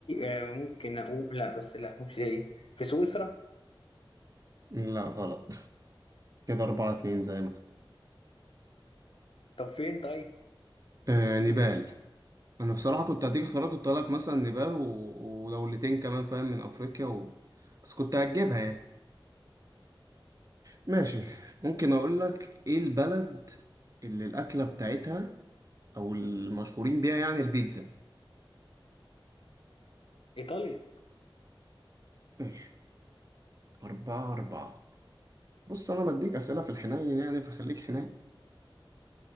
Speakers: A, on the left (about 75°); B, on the right (about 40°).
A: آه ممكن أقول لا بس لا مش هي في سويسرا
B: لا غلط كده أربعة اتنين زي ما
A: طب فين طيب
B: آه نيبال أنا بصراحة كنت هديك اختيارات كنت هقولك مثلا نيبال و... ودولتين كمان فاهم من أفريقيا و... بس كنت هجيبها يعني ماشي ممكن أقولك إيه البلد اللي الأكلة بتاعتها أو المشهورين بيها يعني البيتزا
A: إيطاليا
B: ماشي أربعة أربعة بص أنا بديك أسئلة في الحنين يعني فخليك حنين